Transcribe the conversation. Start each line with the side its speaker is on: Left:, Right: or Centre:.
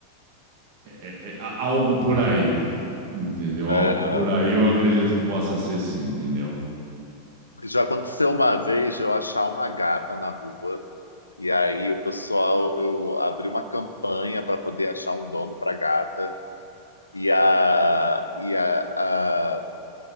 Right: é, é, é, a- algo por aí, entendeu?
Left: É,
Right: Algo por aí, eu acredito que possa ser sim, entendeu?
Left: já aconteceu uma vez eu achar uma gata na rua, e aí o pessoal, eu abri uma campanha para poder achar um dono para gata, e, a, e, a, a-